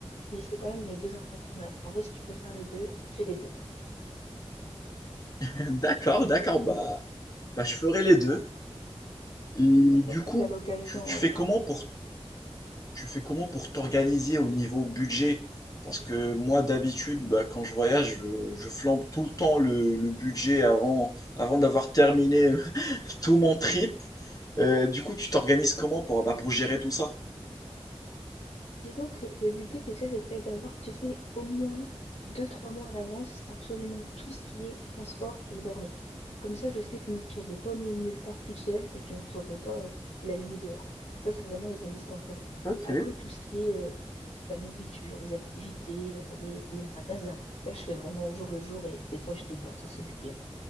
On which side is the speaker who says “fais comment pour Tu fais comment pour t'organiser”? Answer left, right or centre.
Left